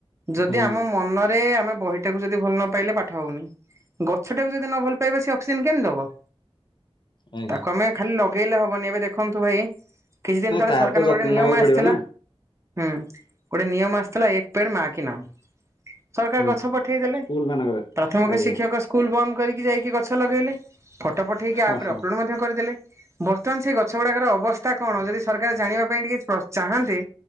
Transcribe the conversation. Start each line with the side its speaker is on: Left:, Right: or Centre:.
Right: ଯଦି
Left: ହୁଁ
Right: ଆମ ମନରେ ଆମେ ବହିଟାକୁ ଯଦି ଭଲ ନ ପାଇଲେ ପାଠ ହଉନି। ଗଛଟାକୁ ଯଦି ନ ଭଲ ପାଇବା ସେ ଅକ୍ସିଜେନ କେମିତି ଦବ,
Left: ଆଜ୍ଞା।
Right: ତାକୁ ଆମେ ଖାଲି ଲଗେଇଲେ ହବନି ଏବେ ଦେଖନ୍ତୁ ଭାଇ କିଛି ଦିନ
Left: ନାଇଁ
Right: ତଳେ
Left: ତାର
Right: ସରକାରଙ୍କ
Left: ତ ଯତ୍ନ
Right: ଗୋଟେ ନିୟମ
Left: ନେବାକୁ ପଡିବ
Right: ଆସିଥିଲା
Left: ନା।
Right: ହୁଁ ଗୋଟେ ନିୟମ ଆସିଥିଲା ଏକ ପେଡ ମାକି ନାମ ସରକାର
Left: ହୁଁ
Right: ଗଛ
Left: ହୁଁ
Right: ପଠେଇଦେଲେ
Left: ହୁଁ। ସ୍କୁଲ ମାନଙ୍କରେ
Right: ପ୍ରଥମ
Left: ଆଜ୍ଞା
Right: ଶିକ୍ଷକ ସ୍କୁଲ ବନ୍ଦ କରିକି ଯାଇକି ଗଛ ଲଗେଇଲେ। ଫଟୋ ପଠେଇକି
Left: ହଁ
Right: ଆପ
Left: ହଁ
Right: ରେ ଅପଲୋଡ୍ ମଧ୍ୟ କରିଦେଲେ। ବର୍ତ୍ତମାନ ସେ ଗଛ ଗୁଡାକର ଅବସ୍ଥା କଣ ଯଦି ସରକାର ଜାଣିବା ପାଇଁ ଟିକେ ଚାହାନ୍ତି।